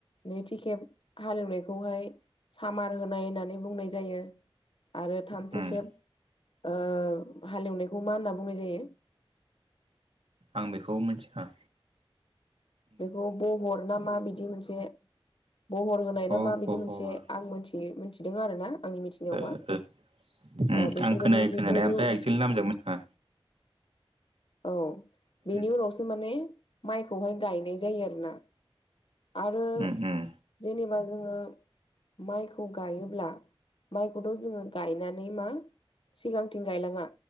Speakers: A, on the left; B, on the right.
A: नैथि खेब हालेवनायखौहाय‌ सामार होनाय होननानै बुंनाय जायो आरो थामथि
B: उम
A: खेब ओ हालेवनायखौ मा होनना बुंनाय जायो?
B: आं बेखौ मोनथिखा
A: बेखौ बहर ना माबिदि मोनसे बहर होनाय
B: अ
A: ना मा
B: बहर
A: बिदि मोनसे आं मोनथियो मिन्थिदों आरो ना आंनि मिथि लेवबा
B: ओ ओ उम
A: ओ बेफोरबायदि
B: आं खोनायो
A: बेफोरबायदियाव
B: खोनानाया ओमफ्राय एक्सुेलि नामजों मिथिया
A: औ बेनि
B: उम
A: उनावसो माने माइखौहाय गायनाय जायो आरोना। आरो
B: उम
A: जेनेबा जोङो माइखौ गायोब्ला माइखौथ' जोङो गायनानै मा सिगांथिं गायलाङा,